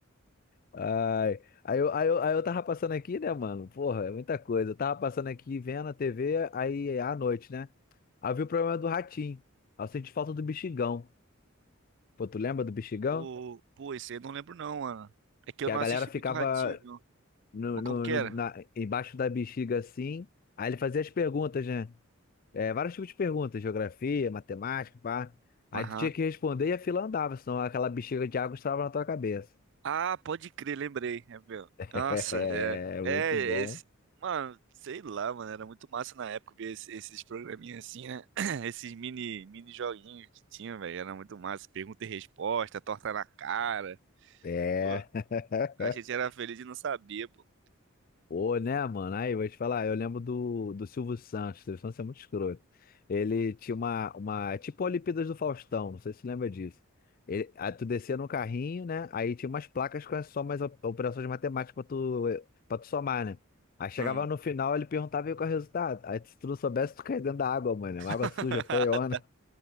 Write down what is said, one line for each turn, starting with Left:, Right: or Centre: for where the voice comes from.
Left: Ai. Aí eu, aí, eu, aí eu tava passando aqui, né, mano? Porra, é muita coisa. Eu tava passando aqui vendo a TV, aí à noite, né? Havia o problema do ratinho. Aí Eu senti falta do bexigão. Pô, tu lembra do bexigão?
Right: Pô, pô, esse aí eu não lembro não, mano. É que
Left: Que
Right: eu não
Left: a galera
Right: assisti
Left: ficava
Right: muito Ratinho, não.
Left: no,
Right: Mas
Left: no-
Right: como que
Left: no-
Right: era?
Left: na- embaixo da bexiga assim. Aí ele fazia as perguntas, né? É, vários tipos de perguntas, geografia, matemática, pá. Aí
Right: Aham.
Left: tu tinha que responder e a fila andava, senão aquela bexiga de água estrava na tua cabeça.
Right: Ah, pode crer, lembrei. É, meu.
Left: <laughs>
Right: Nossa,
Left: É,
Right: é. É,
Left: muito bom.
Right: esse... Mano, sei lá, mano. Era muito massa na época ver esse- esses programinhas assim, né? <clears throat> Esses mini, mini joguinhos que tinha, velho. Era muito massa. Pergunta e resposta, torta na cara.
Left: É.
Right: Pô,
Left: <laughs>
Right: a gente era feliz de não saber, pô.
Left: Pô, né, mano? Aí, eu vou te falar, eu lembro do, do Silvio Santos, o Silvio Santos é muito escroto. Ele tinha uma, uma, é tipo a Olimpíadas do Faustão, não sei se você lembra disso. Ele, aí tu descia no carrinho, né? Aí tinha umas placas com as somas, op- operações matemáticas pra tu, eh, pra tu somar, né? Aí chegava
Right: Hum.
Left: no final, ele perguntava aí qual é o resultado. Aí se tu não soubesse, tu caía dentro da água, mano. Água
Right: <laughs>
Left: suja, feiona.